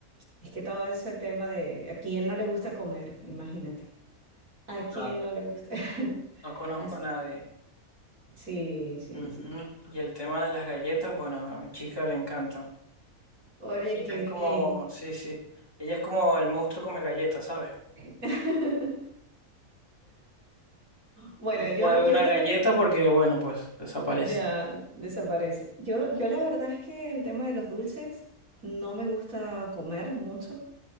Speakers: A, on the right; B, on the left.
A: Es que todo ese tema de a quién no le gusta comer, imagínate. A quién
B: claro,
A: no le gusta. <laughs>
B: no conozco
A: Así.
B: a nadie.
A: Sí, sí,
B: Ujú.
A: sí.
B: Y el tema de las galletas, bueno, a mi chica le encanta.
A: Oye,
B: Ella
A: qué
B: es
A: bien.
B: como, sí, sí. Ella es como el monstruo come galletas, ¿sabes?
A: <laughs> Bueno,
B: No puede
A: yo,
B: haber
A: yo
B: una
A: de
B: galleta
A: verdad,
B: porque, bueno, pues desaparece.
A: ya desaparece. Yo, yo la verdad es que el tema de los dulces no me gusta comer mucho.